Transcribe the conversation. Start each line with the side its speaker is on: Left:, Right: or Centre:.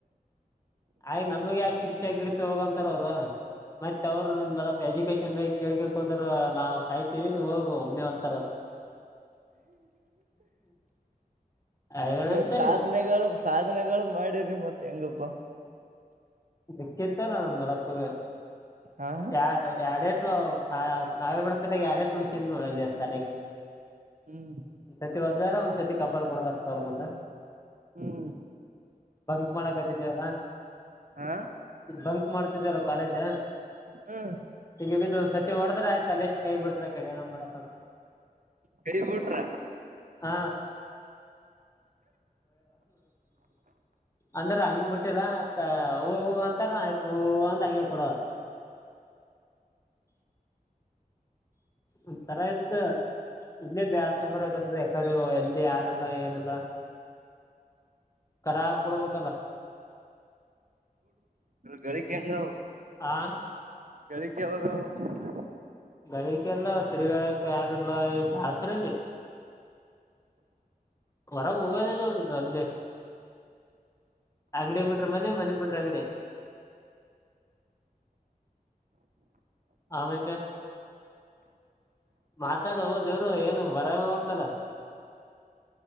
Left: ಆಯ್ ನಮಗ್ ಯಾಕೆ ಶಿಕ್ಷೆ ಕಿಡಿತು ಹೋಗಂತಾರ ಅವ್ರ ಮತ್ತೆ ಅವ್ರು ನಿಮ್ದೊ ಲೊಕೇಶನ್ ಕಳ್ಕ ಹೋದ್ರ ನಾವವು ಸಾಯ್ತಿವಿ ನೀವು ಹೋಗ ಮನೆ ಒಂತರ ಐರಣ್ಣಂತಲ್ಲಿ
Right: ಮ ಸಾಧ ನಗಳ ಸಾಧನೆಗಳು ಮಾಡಿರಿ ಮತ್ತೆ ಹೆಂಗಪ್ಪ
Left: ಕ್ಕಿತ್ತಾರ ನಮ್ದ ದಡಪಗೆ
Right: ಹಾ
Left: ಯಾರ ಎಡ ಹ ನಾವೇತ ಯಾರೇುಡ್ಸ ಅಲ್ಲಿ ಶಲೆಗೆ
Right: ಹ್ಮ್
Left: ಒಂದ್ ಸರ್ತಿ ಹೊದ್ದಾರ ಒಂದ್ ಸತಿ ಕಪಾಲ್ ಕೊಡತಾರ ಸವರಮಂದ
Right: ಹ್ಮ್
Left: ಬಂಕ್ ಮಾಡಕತಿದೀವಲ್ಲ
Right: ಹಾ
Left: ಬಂಕ್ ಮಾಡ್ತಿದಲ್ ಕಾಲೇಜ್
Right: ಹ್ಮ
Left: ಈಗ ಬಿದು ಸತಿ ಹೊಡ್ರ ಆಯ್ತ ಅಲ್ಲಷ್ಟ ಕೈ ಬಿಡ್ರೆ ಕಡೆಏನ ಮಾಡಪ್ಪ ಅಂತ
Right: ಕೈ ಬಿಟ್ರ
Left: ಹಾ ಅಂದ್ರೆ ಹಂಗ್ ಬಿಿಟ್ಟಿಲ್ಲ ಹೂ ಅಂತಾರ ಆಯ್ತು ಹ ಅಂತ ಹಂಗಗೆ ಕೊಡುವ ಒ ತರ ಇತ್ ಇಲ್ಲೇ ಬಸಲ್ ಬರ್ಕತ್ತದ ಯಕಡೆ ಎಲ್ಲಿ ಯಾರಲ್ಲ ಏನೆಲ್ಲ ಕಡ ಕೊಡ್ಬೇಕಲ್ಲ
Right: ಗಳ ಕೆಂಗ
Left: ಆ
Right: ಬೆಳಿಿಕ ಯಾವಾಗ ಹೋಗ ಮತ್ತ
Left: ಳಿಕೆ ಎಲ್ಲ ತಿರುಗಾಳಕ ಯಾರಲ್ಲ ದಾಸ್ರಲ್ಲಿ ಹೊರ ಹೋಗೋದೇ ನೋದಿಲ್ಲ ಅಲ್ಲಿ ಅಂಗಡಿ ಬಿಟ್ರಿ ಮನೆ ಮನೆ ಬಿಡ್ರಿ ಅಂಗಡಿ ಆಮೇತ ಮಾತಾಡು ದೇವರು ಏನು ಬರಲ್ದಲ್ಲ